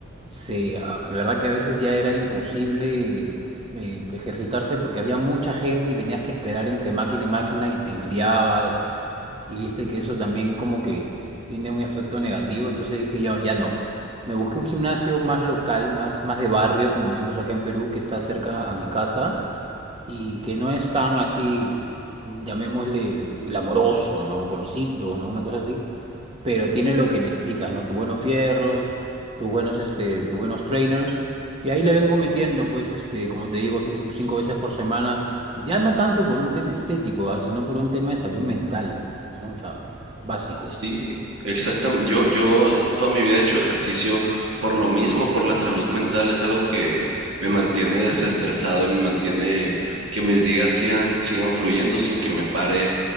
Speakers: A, on the right (about 25°); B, on the right (about 60°).
A: se, ah, en verdad que a veces ya era imposible eh, ejercitarse porque había mucha gente y tenías que esperar entre máquina y máquina y te enfriabas y viste que eso también como que tiene un efecto negativo, entonces dije, ya, ya no. Me busqué un gimnasio más local, más, más de barrio, como decimos acá en Perú, que está cerca a mi casa y que no es tan así, llamémosle, glamoroso, ¿no? Conocido, ¿no? Una cosa así pero tiene lo que necesitas, ¿no? Tus buenos fierros, tus buenos, este, tus buenos trainers. Y ahí le vengo metiendo, pues, este, como te digo, cin- cinco veces por semana, ya no tanto por un tema estético, ah, sino por un tema de salud mental, ¿no? O sea, básico.
B: Sí, exactamente. Yo, yo toda mi vida he hecho ejercicio por lo mismo, por la salud mental. Es algo que me
A: Sí.
B: mantiene desestresado y me mantiene que mis días sigan, sigan fluyendo sin que me pare